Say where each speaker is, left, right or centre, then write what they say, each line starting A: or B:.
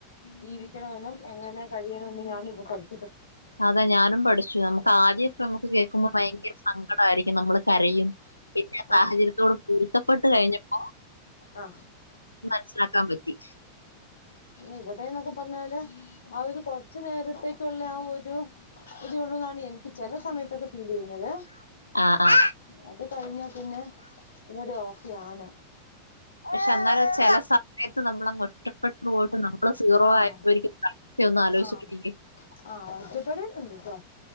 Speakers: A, on the left (about 70°); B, on the left (about 80°).
A: ജീവി ക്കണമെന്നും എങ്ങനെ കഴിയണമെന്നും ഞാനും ഇപ്പം പഠി
B: അതെ ഞാനും പഠിച്ചു. നമ്മുക്ക് ആദ്യക്കെ നമ്മുക്ക് കേൾക്കുമ്പം ഭയങ്കര സങ്കടമായിരിക്കും. നമ്മള് കരയും പിന്നെ സാഹചര്യത്തോട്
A: ആ
B: പൊരുത്തപ്പെട്ട് കഴിഞ്ഞപ്പോ
A: ആ
B: മനസ്സിലാക്കാൻ പറ്റി
A: ഇവിടെന്ന്ക്കെ പറഞാല് ആ ഒരു കുറച്ച് നേരത്തേക്കുള്ള ആ ഒരു ഇത് ഉള്ളുന്നാണ് എനിക്ക് ചില സമയത്തൊക്കെ ഫീല് ചെയ്യുന്നത്
B: ആഹ് ആഹ്
A: അത് കഴിഞ്ഞപ്പിന്നെ ഇവിടെ ഓക്കേയാണ്
B: പക്ഷെ എന്നാലും ചെില സമയത്ത് ക്ഷേ എന്നാലും ചെല സമ ത്ത് നമ്മൾ ഒറ്റപ്പെട്ടു പോയിട്ട് നമ്മള് സീറോ
A: ആഹ്
B: ആയപ്പോരിക്കുന്ന അവസ്ഥയ ഒന്ന് ആലോചിച്ച്
A: ആഹ്
B: നോക്കിക്കേ
A: ആഹ് ഒറ്റപ്പെടലുണ്ട് ട്ടോ